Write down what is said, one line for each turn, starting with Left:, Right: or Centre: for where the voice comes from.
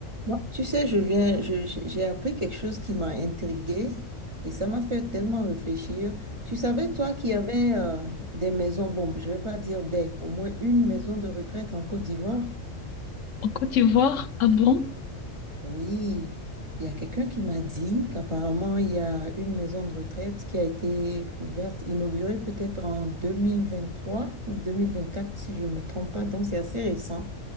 Right: Moi, Tu sais, je viens, je- j'ai j'ai appris quelque chose qui m'a intriguée et ça m'a fait tellement réfléchir. Tu savais, toi, qu'il y avait euh, des maisons, bon, je ne vais pas dire des, au moins une maison de retraite en Côte d'Ivoire?
Left: En Côte d'Ivoire? Ah bon?
Right: Oui, il y a quelqu'un qui m'a dit qu'apparemment, il y a une maison de retraite qui a été ouverte, inaugurée peut-être en 2023 ou 2024 si je ne me trompe pas. Donc, c'est assez récent.